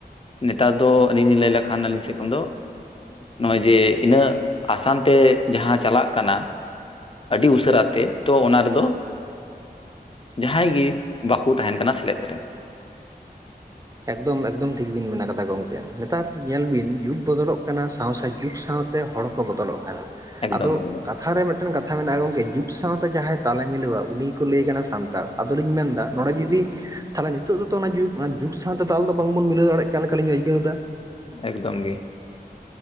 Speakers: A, on the left; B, on the right.
A: ᱱᱮᱛᱟᱨ ᱫᱚ ᱟᱹᱞᱤᱧ ᱞᱟᱹᱭ ᱞᱮᱠᱷᱟᱱ ᱟᱹᱞᱤᱧ ᱥᱮ ᱠᱷᱚᱱ ᱫᱚ ᱱᱚᱜᱼᱚᱭ ᱡᱮ ᱤᱱᱟᱹᱜ ᱟᱥᱟᱱ ᱛᱮ ᱡᱟᱦᱟᱸ ᱪᱟᱞᱟᱜ ᱠᱟᱱᱟ ᱟᱹᱰᱤ ᱩᱥᱟᱹᱨᱟ ᱛᱮ ᱛᱚ ᱚᱱᱟ ᱨᱮᱫᱚ ᱡᱟᱦᱟᱸᱭ ᱜᱮ ᱵᱟᱠᱭ ᱛᱟᱦᱮᱸᱱ ᱠᱟᱱᱟ ᱥᱮᱞᱮᱫ ᱨᱮ
B: ᱮᱠᱫᱚᱢ ᱮᱠᱫᱚᱢ ᱴᱷᱤᱠ ᱵᱤᱱ ᱢᱮ ᱠᱟᱫᱟ ᱜᱚᱢᱠᱮ, ᱱᱮᱛᱟᱨ ᱧᱮᱞ ᱵᱤᱱ ᱡᱩᱜᱽ ᱵᱚᱫᱚᱞᱚᱜ ᱠᱟᱱᱟ ᱥᱟᱶᱥ ᱡᱩᱜᱽ ᱥᱟᱶᱛᱮ ᱦᱚᱲ ᱠᱚ ᱵᱚᱫᱚᱞᱚᱜ ᱠᱟᱱᱟ
A: ᱮᱠᱫᱚᱢ
B: ᱟᱫᱚ
A: ᱮᱠᱫᱚᱢ
B: ᱠᱟᱛᱷᱟ ᱨᱮ ᱢᱤᱫ ᱢᱤᱫᱴᱮᱱ ᱠᱟᱛᱷᱟ ᱢᱮᱱᱟᱜᱼᱟ ᱜᱚᱝᱠᱮ ᱡᱩᱜᱽ ᱥᱟᱶᱛᱮ ᱡᱟᱦᱟᱸᱭ ᱛᱟᱞᱮ ᱢᱤᱞᱟᱹᱣᱟ ᱩᱱᱤ ᱜᱮᱠᱚ ᱞᱟᱹᱭ ᱠᱟᱱᱟ ᱥᱟᱱᱛᱟᱲ ᱟᱫᱚᱞᱤᱧ ᱢᱮᱱᱫᱟ ᱱᱚᱰᱮ ᱡᱩᱫᱤᱼᱼ ᱛᱟᱦᱚᱞᱮ ᱱᱤᱛᱚᱜ ᱫᱚ ᱛᱚ ᱚᱱᱟ ᱡᱩᱜᱽ ᱚᱱᱟ ᱡᱩᱜᱽ ᱥᱟᱶᱛᱮ ᱛᱟᱞ ᱫᱚ ᱵᱟᱝ ᱵᱚᱱ ᱢᱤᱞᱟᱹᱣ ᱫᱟᱲᱮᱭᱟᱜ ᱠᱟᱱ ᱞᱮᱠᱟᱞᱤᱧ ᱟᱹᱭᱠᱟᱹᱣ ᱮᱫᱟ
A: ᱮᱠᱫᱚᱢ ᱜᱮᱼᱼ